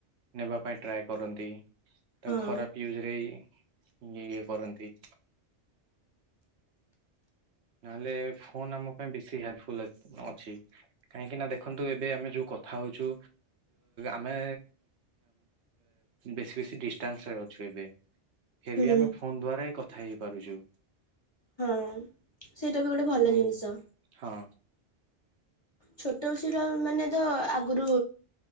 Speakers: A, on the right; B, on the left.
A: ନେବା ପାଇଁ ଟ୍ରାଏ କରନ୍ତି। ତାକୁ
B: ହଁ
A: ଖରାପ ୟୁଜରେଇ ଇଏ କରନ୍ତି। ନହେଲେ ଫୋନ୍ ଆମ ପାଇଁ ବେଶୀ ହେଲ୍ପଫୁଲ ଅଛି। କାହିଁକି ନା ଦେଖନ୍ତୁ ଏବେ ଆମେ ଯୋଉ କଥା ହଉଛୁ। ଆମେ ବେଶୀ ବେଶୀ ଡିଷ୍ଟାନ୍ସରେ ଅଛୁ। ଫିରବି ହେଲେ
B: ହୁଁ
A: ଆମେ ଫୋନ ଦ୍ଵାରା ହିଁ କଥା ହେଇପାରୁଛୁ।
B: ହଁ ସେଇଟା ବି ଗୋଟେ ଭଲ
A: ହୁଁ
B: ଜିନିଷ।
A: ହଁ
B: ଛୋଟ ପିଲା ମାନେ ତ ଆଗରୁ